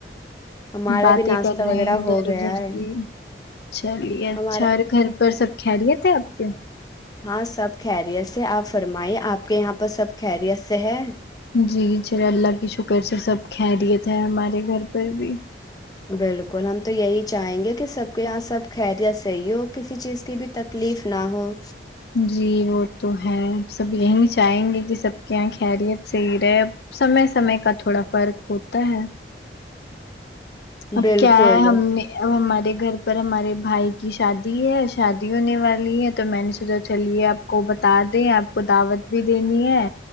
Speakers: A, on the left; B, on the left.
A: ہمارا
B: باتیں
A: بھی ناشتہ
B: کر رہے
A: وغیرہ
B: ہیں ادھر
A: ہو گیا
B: ادھر
A: ہے
B: کی چلیے اچھا
A: ہمارا
B: اور گھر پر سب کھہ لیے تھے آپ اوکے
A: ہاں سب خیریت سے آپ فرمائیے آپ کے یہاں پر سب خیریت سے ہے
B: جی چلے اللہ کی شکر سے سب کہری تھے ہمارے گھر پر بھی
A: بالکل ہم تو یہی چاہیں گے کہ سب کے یہاں سب خریت صحیح ہو کسی چیز کی بھی تکلیف نہ ہو
B: جی وہ تو ہے سب یہی چاہیں گے کہ سب کے یہاں خیریت صحیح رہے اب سمے سمے کا تھوڑا فرق ہوتا ہے اب
A: بالکل
B: کیا ہے ہم نے ہمارے گھر پر ہمارے بھائی کی شادی ہے شادی ہونے والی ہے تو میں نے سوچا چلیے آپ کو بتا دیں آپ کو دعوت بھی دینی ہے